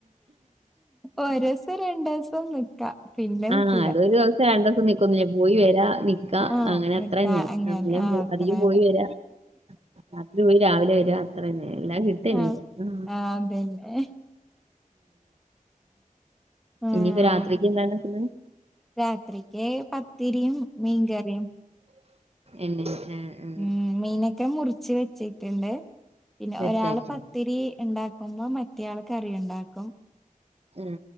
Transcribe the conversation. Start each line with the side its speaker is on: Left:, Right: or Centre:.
Centre: ഒരൂസം രണ്ട്‌ ദിവസം പിന്നെ
Right: ആഹ്
Centre: നിക്കില്ല
Right: അതൊരു ദിവസം രണ്ടൂസം നിക്കൊന്നുല്ല. പോയി വരാ നിക്കാ
Centre: ആഹ്
Right: അങ്ങനെ
Centre: നിക്ക
Right: അത്രന്നെ.
Centre: അങ്ങന്നെ
Right: അങ്ങനെ
Centre: ആഹ്
Right: പോ-
Centre: അത്രന്നെ
Right: അധികം പോയി വരാ രാത്രി പോയി രാവിലെ വര അത്ര തന്നെ എല്ലാം കിട്ട തന്നെ
Centre: ആഹ് ആഹ്
Right: ഇല്ല
Centre: അതന്നെ ആഹ്
Right: ഇനിയിപ്പൊ രാത്രിക്ക് എന്താണ്ടാക്കുന്നത്
Centre: രാത്രിക്ക് പത്തിരിയും മീൻകറിയും
Right: എന്നെ ആ ആ
Centre: ഉം മീനൊക്കെ മുറിച്ച് വെച്ചിട്ടുണ്ട് പിന്നെ
Right: സെറ്റാക്കി
Centre: ഒരാള് പത്തിരി ണ്ടാക്ക ക്കുമ്പം മറ്റയാള് കറിയുണ്ടാക്കും
Right: ആ ആ